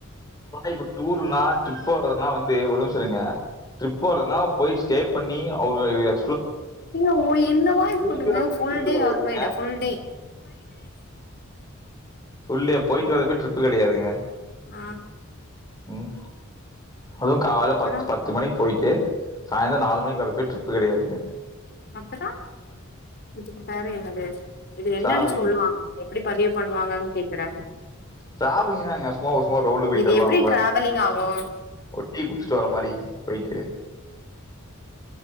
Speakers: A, on the left (about 20°); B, on the left (about 50°).
A: இப்ப டூர்னா டிரிப் போற னா வந்து ஒரு நிம்ஷோ இருங்க டிரிப் போறதுனா போய் ஸ்டே பண்ணி அவுங்க
B: இல்ல ஓ என்னவா இருக்கட்டுங்க
A: ட்ரிப்
B: ஃபுல் டே
A: கிடையாதுங்க.
B: Occupied full day
A: full day போய்ட்டு வரதுக் பேர் டிரிப்பு கெடயாதுங்க
B: ஆ
A: ம் அது கால்ல
B: அப்பறோ
A: பத் பத் து மணிக்கு போய்ட்டு சாயந்தரோ நாலு மணிக்கு வரப்பேர் ட்ரிப்பு கெடயாதுங்க
B: அப்பறோ இதுக்கு பேரு என்னது இது என்னன்னு
A: டிராவலிங்
B: சொல்வாங்க எப்டி பதிவு பண்ணுவாங்கனு கேக்கற
A: ட்ராவலிங் தாங்க சும்மா சும்மா ரவுண்டு போயிட்டு
B: இது
A: வர்லாம்
B: எப்டி
A: நம்ப
B: டிராவலிங் ஆகு
A: ஒரு டீ குடிச்சிட்டு வர மாரி போயிட்டு